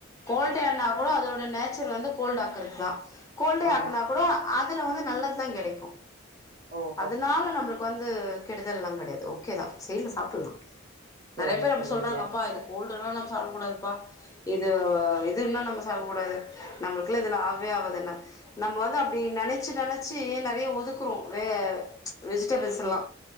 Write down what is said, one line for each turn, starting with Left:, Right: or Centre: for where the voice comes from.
Left: கோல்டே ஆன கூட அதோட நேச்சர் வந்து கோல்டாக்குறதுதா கோல்டே
Right: ஓ
Left: ஆக்குனா கூட அதுல வந்து நல்லதுதா கெடைக்கு
Right: ஓஹோ
Left: அதனால நம்பளுக் வந்து கெடுதல்லா கெடையாது ஓகே தா செய்லா சாப்புட்லா
Right: செரி
Left: நெறைய பேர் அப்டி
Right: செரிங்க
Left: சொல்றாங்க அப்பா இது கோல்டு சாப்புட்றதுலா நா சாப்டகூடாதுப்பா இது இது இன்னு நம்ப சாப்டகூடாது நம்ளுக்குலா இதுலா ஆவவே ஆவாது என்ன நம்ம வந்து அப்டி நெனச்சி நெனச்சி நெறைய ஒதுக்குறோ வெ வெஜிடபிள்ஸ் எல்லா